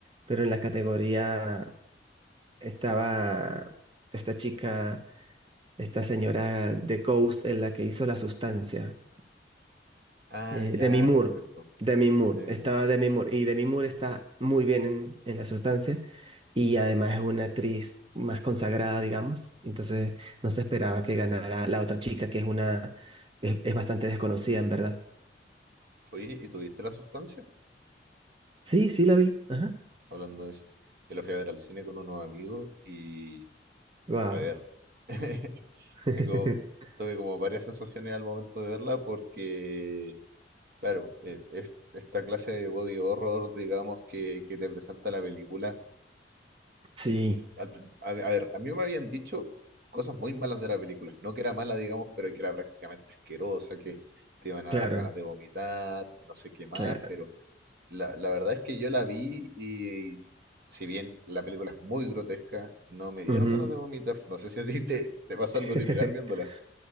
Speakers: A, on the right; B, on the right.
A: pero en la categoría estaba esta chica, esta señora de Ghost, en la que hizo La Sustancia.
B: Ah,
A: Eh,
B: ya,
A: Demi Moore,
B: perfecto.
A: Demi
B: Sí,
A: Moore,
B: de
A: estaba
B: mi
A: Demi Moore y Demi Moore está muy bien en, en La Sustancia y además es una actriz más consagrada, digamos, entonces no se esperaba que ganara la otra chica que es una, es, es bastante desconocida en verdad.
B: Oye, ¿y tuviste la sustancia?
A: Sí, sí la vi, ajá,
B: Hablando de eso. Yo la fui a ver al cine con unos amigos y,
A: wow.
B: a ver, <laughs>
A: <laughs>
B: tengo, tuve como varias sensaciones al momento de verla porque, claro, eh, es, esta clase de body horror, digamos, que, que te presenta la película,
A: Sí,
B: al prin- a, a ver, a mí me habían dicho cosas muy malas de la película. No que era mala, digamos, pero que era prácticamente asquerosa, que te iban a
A: claro,
B: dar ganas de vomitar, que no sé qué más,
A: claro.
B: pero la, la verdad es que yo la vi y si bien la película es muy grotesca, no me dieron
A: ujú.
B: ganas de vomitar. No sé si a ti te, te pasó algo similar
A: <laughs>
B: viéndola.